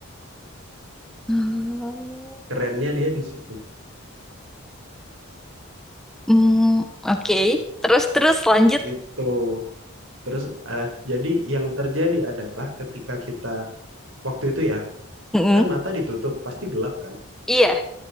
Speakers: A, in the centre; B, on the right.
A: Hmm,
B: Kerennya dia di situ.
A: Hmm, oke. Terus terus lanjut.
B: Gitu. Terus eh jadi yang terjadi adalah ketika kita waktu itu ya,
A: Mm-mm.
B: kan mata ditutup, pasti gelap kan?
A: Iya,